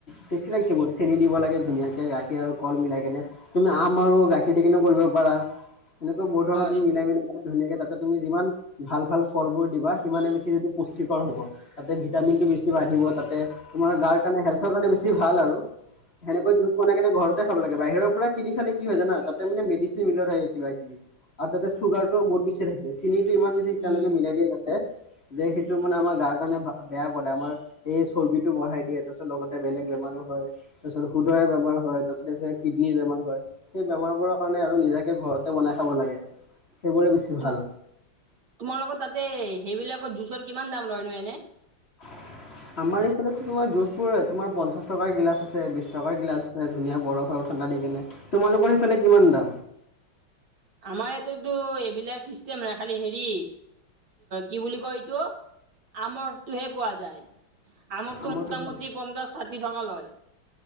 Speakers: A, on the left; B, on the right.
A: টেষ্টি লাগিছে বহুত চেনি দিব লাগে ধুনীয়াকে, গাখীৰ আৰু কল মিলাই কেনে তুমি আম আৰু গাখীৰ দি কিনে কৰিব পাৰা, সেনেকা বহুত ধৰণৰ
B: হয়
A: তুমি মিলাই-মিলাই ধুনীয়াকে তাতে তুমি যিমান ভাল ভাল ফল বোৰ দিবা, সিমানে বেছি যিটো পুষ্টিকৰ হ'ব। তাতে ভিটামিনটো বেছি বাঢ়িব ত তোমাৰ গাৰ কাৰণে, হেল্থৰ কাৰণে বেছি ভাল আৰু, সেনেকৈ জুচ বনাই কেনে ঘৰতে খাব লাগে। বাহিৰৰ কিনি খালে কি হয় জানা তাতে মে মেডিচিন মিলোৱা থাকে কিবা কিবি আৰু তাতে চুগাৰ টো বহুত বেছ চি থাকে, চিনিটো ইমান বেছি তেওঁলোকে
B: উম
A: মিলাই দিয়া যা যে, সেইটো মানে আমাৰ গাৰ কাৰণে বেয়া কৰে, আমাৰ এই চৰ্বিটো বঢ়াই দিয়ে, তাৰ পিছত লগতে বেলেগ বেমাৰো হয়। তাৰপিছত সুদোৱাই বেমাৰ হয়, তাৰপিছত এই কি কিডনিৰ বেমাৰ হয়, সেই বেমাৰবোৰৰ কাৰণে আৰু নিজাকে ঘৰতে বনাই খাব লাগে, সেইবোৰে বেছি
B: তোম-তোমাৰ
A: ভাল
B: লগত তাতে সেইবিলাকৰ জুচৰ কিমান দাম লয়নো এনে?
A: <unintelligible> আমাৰ এইফালতো তোমাৰ জুচবোৰ তোমাৰ পঞ্চাছ টকাৰ গিলাচ আছে, বিশছ টকাৰ গিলাচ আছে ধুনীয়া বৰফ আৰু ঠাণ্ডা দি কেনে, তোমালোকৰ সেফালে কিমান দাম?
B: আমাৰ ইটোতোতো এইবিলাক চিষ্টেম নাই খালি হেৰি কি বুলি কয় এইটো, আমৰটোহে পোৱা যায়। আমৰতো
A: আমাৰতো
B: মোটামুটি পঞ্চাশ-ষাঠি টকা লয়।